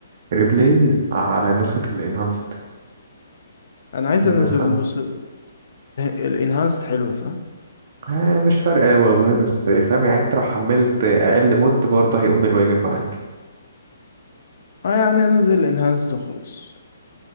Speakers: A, on the right; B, on the left.
A: ريبلاي على نسخة الانهانسد
B: انا عايز
A: النسخة
B: انزل النص الانهانسد حلوه صح
A: آه مش فارقة والله بس آه، فاهم يعني انت لو حملت أقل مود برضه هيقوم بالواجب معاك
B: اه يعني انزل الانهانسد وخلاص